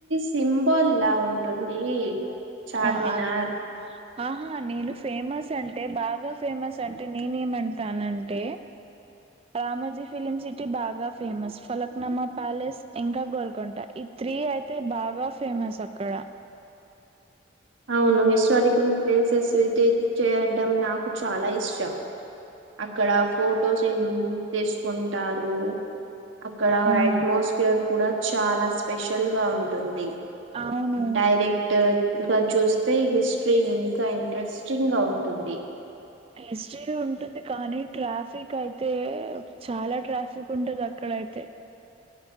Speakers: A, on the right; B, on the right.
A: సింబల్ లా ఉంటుంది
B: ఫలక్
A: చార్మినార్
B: ఆహా నేను ఫేమస్ అంటే బాగా ఫేమస్ అంటే నేనేమంటానంటే
A: <inaudible>
B: రామోజీ ఫిలిమ్ సిటీ బాగా ఫేమస్ ఫలక్నమా ప్యాలెస్ ఇంకా గోల్ కుంట ఈ త్రీ అయితే బాగా ఫేమస్ అక్కడ
A: అవును హిస్టారికల్ ప్లేసెస్ విజిట్ చేయడం నాకు చాలా ఇష్టం అక్కడ ఫొటోస్ తీసుకుంటారు అక్కడ
B: అవును
A: అట్మాస్ఫ పర్ కూడా చాలా స్పెషల్ గా ఉంటుంది
B: అవును
A: డైరెక్ట్ ట్ ఇ చూస్తే హిస్టరీ ఇంకా ఇంట్రెస్టింగ్ గా ఉంటుంది
B: హిస్టరీ ఉంటుంది కానీ ట్రాఫిక్ అయితే చాలా ట్రాఫిక్ ఉంటది అక్కడయితే